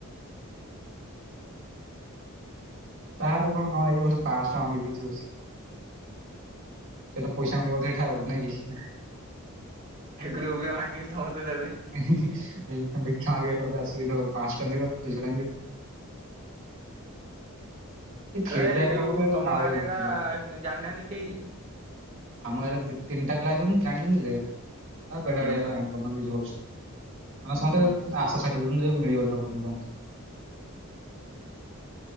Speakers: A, on the right (about 60°); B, on the right (about 35°).
A: ତାର କଣ କାମ ପାଞ୍ଚଶହ ଟଙ୍କା ଦେଇ ଦେଇଚି ବସିକି ସେଟା ପଇସା ସଙ୍ଗେ ବୋଧେ ଥାଉ ନାଇକି?
B: ଗ୍ରୁପରେ କହିଲେ ସମସ୍ତ ଦେବେ।
A: ଦେଖିଆ ଆସିକି କହିବା ପାଞ୍ଚସହ ଟଙ୍କା ଦିଅ ଦୁଇଶହ ଟଙ୍କା ଦିଅ। ଏ ଫିଡବ୍ୟାକ
B: ଆରେ ଯୋଉ
A: ଟା ଗୋଟେ
B: ତମ
A: ବାଉଳି
B: ଗାଁରେ
A: ହଉଛି
B: ଏରା
A: ପିଲା
B: ଜାଣିନାହାନ୍ତି କେହି?
A: ଆମ ଗାଁରେ ତିନିଟା ପିଲା ଜାଣିଛନ୍ତି ଯେ ବେଡାଳିଆ
B: ହୁଁ
A: ଆରା।
B: ହୁଁ
A: ସମସ୍ତେ ଆଶା ଛାଡି ଦଉଛନ୍ତି ମିଳିବନି ଆଉ